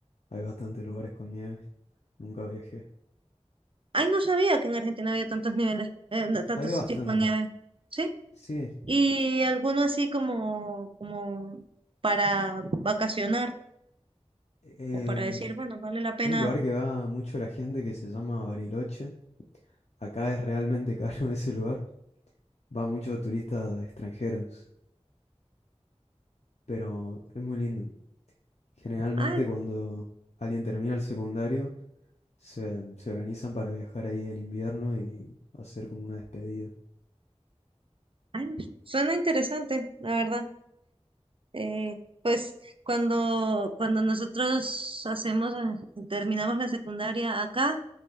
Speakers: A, on the left; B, on the right.
A: hay bastantes lugares con nieve, nunca viajé.
B: Ay, no sabía que en Argentina había tantos niveles, eh, no, tantos
A: Hay bastante.
B: sitios con nieve. ¿Sí?
A: Sí,
B: Y alguno así como, como para vacacionar.
A: el...
B: o para decir, bueno, vale la pena.
A: hay un lugar que va mucho la gente que se llama Bariloche. Acá es realmente caro <laughs> ese lugar. Va mucho turistas extranjeros, pero es muy lindo. Generalmente
B: Ah,
A: cuando alguien termina el secundario, Se, se organizan para viajar ahí en invierno y hacer como una despedida.
B: ay, suena interesante, la verdad. Eh, pues cuando, cuando nosotros hacemos, eh, terminamos la secundaria acá,